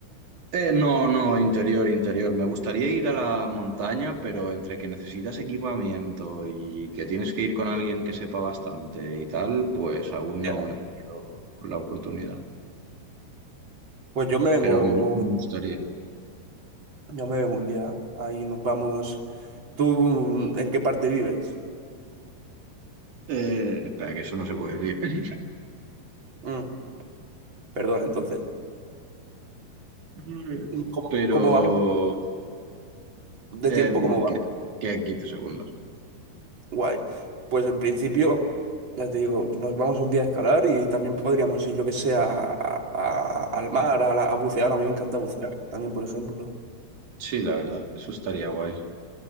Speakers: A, on the right; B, on the right.
A: Eh, no, no, interior, interior. Me gustaría ir a la montaña, pero entre que necesitas equipamiento y que tienes que ir con alguien que sepa bastante y tal, pues aún
B: Ya.
A: no he tenido la oportunidad.
B: Pues yo me vengo
A: Pero me, me
B: un,
A: gustaría.
B: yo me vengo un día. Ahí nos vamos. ¿Tú mm, en qué parte vives?
A: Eh, espera, que eso no se puede decir.
B: Mm, perdona, entonces.
A: Mm.
B: ¿Y ¿Cómo,
A: Pero
B: cómo vamos <laughs> de
A: em,
B: tiempo? ¿Cómo vamos?
A: quedan, quedan 15 segundos.
B: Guay. Pues en principio, ya te digo, nos vamos un día a escalar y también podríamos ir, yo que sé, a- a- al mar, a, la- a bucear. A mí me encanta bucear también, por ejemplo.
A: Sí, la verdad, eso estaría guay.